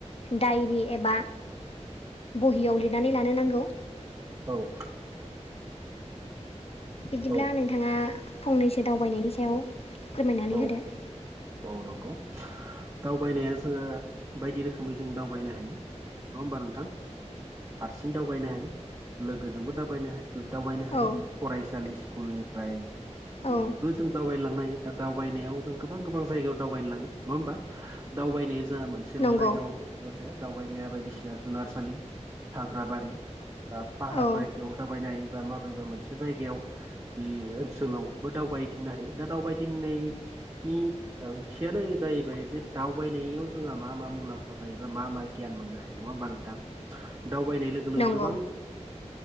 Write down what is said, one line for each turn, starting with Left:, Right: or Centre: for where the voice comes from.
Left: डायरि एबा बहियाव लिरनानै लानो नांगौ
Right: औ
Left: बिदिब्ला
Right: औ
Left: नोंथाङा फंनैसो दावबायनायनि सायाव फोरमायनानै
Right: औ
Left: होदो
Right: औ नंगौ दावबायनाया जोंहा बायदि रोखोमै जों दावबायनो हायो नङा होमबा नोंथां हारसिं दावबायनो हायो लोगोजोंबो दाबायनो हायो दावबायनो हायो
Left: औ
Right: फरायसालि स्कुलनिफ्रायबो
Left: औ
Right: जों दावबायलांनाय दा दावबायनायाव जों गोबां गोबां जायगायाव दावबायनो लाङो नङा होमबा दावबायनाया जोंहा मोनसे ससेल'
Left: नंगौ
Right: जायगायावल' जाया दावबायनाया बायदिसिना जुनारसालि हाग्रा बारि बा पाहार
Left: औ
Right: जायगायाव दावबायनाय बा माबेबा मोनसे जायगायाव बे ओनसोलावबो दावबायदिंनो हायो दा दावबायदिंनायनि ओंथियानो जाहैबाय जे दावबायनायाव जोंहा मा मा मुलाम्फा जायोबा मा मा गियान मोननो हायो नङा होमबा नोंथां दावबायनाय लोगो लोगो
Left: नंगौ
Right: गोबां